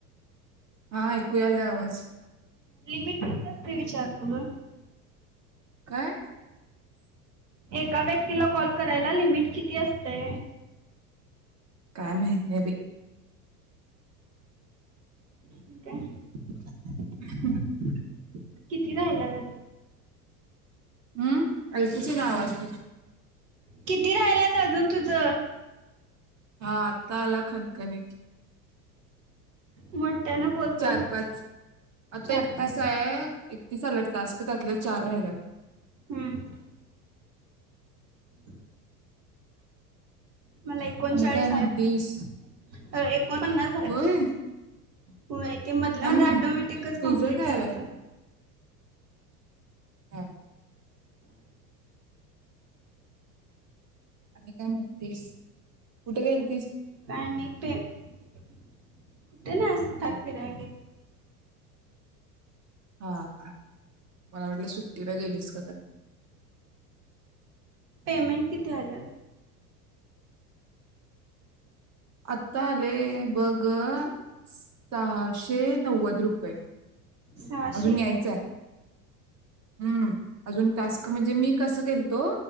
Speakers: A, on the right; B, on the right.
A: हा ऐकूयाला आवाज
B: लिमिट कितीते विचारलू ग?
A: काय
B: एका व्यक्तीला कॉल करायला लिमिट किती अस ते
A: काय माहित नाही बाई.
B: हो का
A: ह <unintelligible>
B: किती राहिला ना?
A: हम्म अलतीची नाव असते?
B: किती राहिलात अजून तुझं
A: हा. तला खनखणीत.
B: मोठ्यानं बोललो
A: चार पाच आता
B: चार
A: एकतीस
B: पाच
A: आहे. एकतीस आलात तास का त्यातले चार राहिल्यात.
B: हम्म <inaudible> मला एकोणचाळीस
A: आणि काय म्हणतीस
B: आलत्या अ एकोणपन्नास आल्यात
A: होय
B: होय ते मध
A: हा ना
B: अगं टोमॅटिकच
A: तुझं
B: कमप्लीट
A: काय
B: झालत.
A: हम् आणि काय म्हणतेस कुठे गेल?
B: कारण एक ते <unintelligible> कुठे ना असल भात फिराय
A: हा ह मला वाटलं सुट्टीला गेलीस का काय.
B: पेमेंट किती आलं.
A: आता आले बघ स शे नव्वद रुपये.
B: सहाशे
A: अजून्यायच हम्म अजून टास्क म्हणजे मी कसं केेलतो